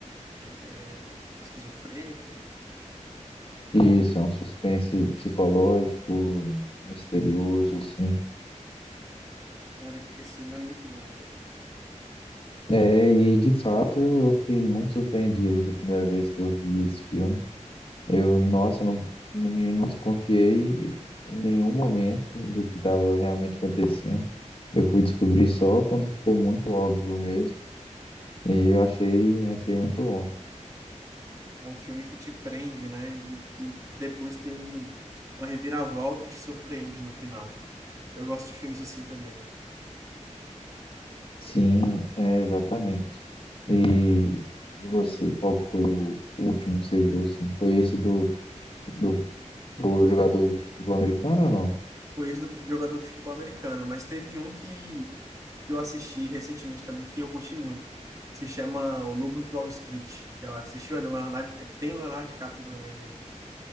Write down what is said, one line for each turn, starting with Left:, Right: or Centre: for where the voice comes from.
Right: é, é esquizofrênico.
Left: E Isso, é um suspense psicológico, misterioso, assim.
Right: Cara, esse filme é muito bom, velho.
Left: É, e de fato eu fiquei muito surpreendido da primeira vez que eu vi esse filme. Eu, nossa, não, não, não desconfiei em nenhum momento do que estava realmente acontecendo. Eu fui descobrir só quando ficou muito óbvio mesmo. E eu achei, achei muito bom.
Right: É um filme que te prende, né? E, e depois tem um, uma reviravolta e te surpreende no final. Eu gosto de filmes assim também.
Left: Sim, é, exatamente. E, e você, qual que foi o, o último que você viu, assim? Foi esse do, do, do jogador de futebol americano ou não?
Right: Foi esse do jogador de futebol americano, mas teve um que que eu assisti recentemente também, que eu curti muito. Se chama O Lobo de Wall Street. Já assistiu? É do Leonardo, tem Leonardo DiCaprio também nele.